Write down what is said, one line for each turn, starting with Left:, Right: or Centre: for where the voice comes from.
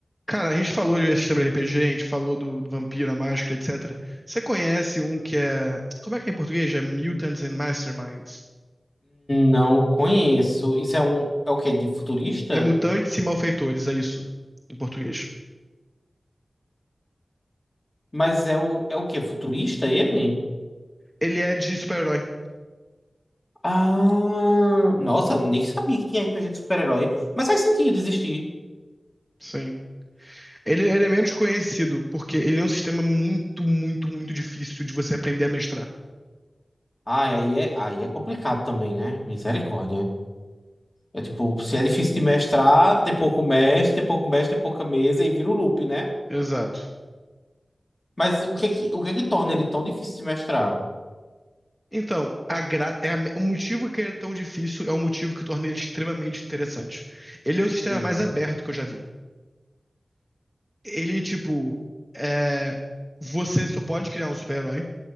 Centre: Cara, a gente falou de sistema de RPG, a gente falou do, do Vampiro, a Máscara, etc. Você conhece um que é. Como é que é em português? É Mutants and Masterminds.
Left: Não conheço. Isso é um. É o quê? De futurista?
Centre: É Mutantes e Malfeitores, é isso, em português.
Left: Mas é o. É o quê? Futurista ele?
Centre: Ele é de super-herói,
Left: Ah. Nossa, nem sabia que tinha RPG de super-herói. Mas faz sentido existir.
Centre: sim. Ele, ele é menos conhecido, porque ele é um sistema muito, muito, muito difícil de você aprender a mestrar.
Left: Ah, aí é, aí é complicado também, né? Misericórdia. É tipo, se é difícil de mestrar, tem pouco mestre, tem pouco mestre, tem pouca mesa e vira o loop, né?
Centre: Exato.
Left: Mas o que é que, o que é que torna ele tão difícil de mestrar?
Centre: Então, a gra... é a- o motivo que ele é tão difícil é o motivo que torna ele extremamente interessante. Ele é o sistema
Left: Hum.
Centre: mais aberto que eu já vi. Ele, tipo, é, você só pode criar um super-herói.